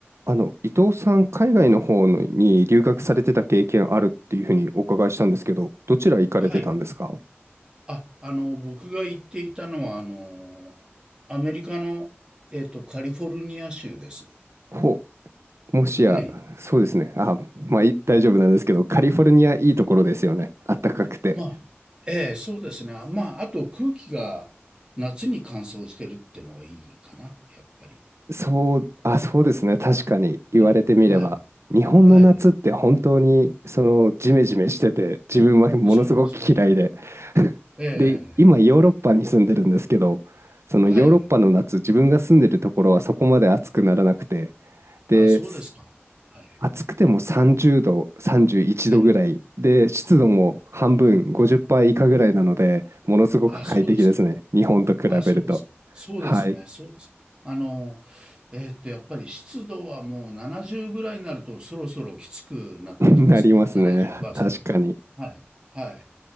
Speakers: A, on the right; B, on the right.
A: あの、伊藤さん、海外の方のに留学されてた経験あるっていうふうにお伺いしたんですけど、どちら行かれてたんですか
B: はい。あ、あの、僕が行っていたのは、あの、アメリカの、えっと、カリフォルニア州です。
A: ほ、もしや、
B: はい。
A: そうですね。あ、まあ、い大丈夫なんですけど、カリフォルニアいいところですよね。あったかくて。
B: まあ、ええ、そうですね。まあ、あと空気が夏に乾燥してるってのがいいかな、やっぱり。
A: そう、あ、そうですね。確かに言われてみれば、
B: はい。はい。
A: 日本の夏って本当にそのジメジメしてて、
B: はい。
A: 自分はものすごく嫌いで。
B: そうですね。
A: <laughs>
B: え
A: で、今ヨーロッパに住んでるんですけど、
B: え、
A: そのヨーロッパの夏、
B: はい。
A: 自分が住んでるところはそこまで暑くならなくて、で、
B: あ、そうですか。
A: す
B: はい。
A: 暑くても30度、31度ぐらいで、
B: はい。
A: 湿度も半分、50%以下ぐらいなので、ものすごく快適ですね。
B: あ、そうですか。
A: 日本と比べると。
B: あ、そうですか。そうですね、
A: はい。
B: そうです。あの、えーっと、やっぱり湿度はもう70ぐらいになるとそろそろきつくなってきますね。
A: <laughs> なりますね。
B: 70%。
A: 確かに。
B: はい。はい。